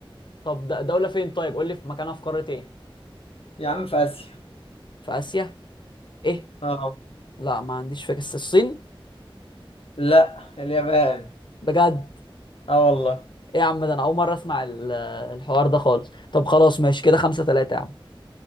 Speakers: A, on the left; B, on the left.
A: طب د- دولة فين طيب قول لي في مكانها في قارة إيه
B: يا عم في اسيا
A: في آسيا إيه
B: اه
A: لا ما عنديش فكرة بس الصين
B: لا اليابان
A: بجد
B: اه والله
A: إيه يا عم ده أنا أول مرة أسمع ال- الحوار ده خالص طب خلاص ماشي كده خمسة تلاتة يا عم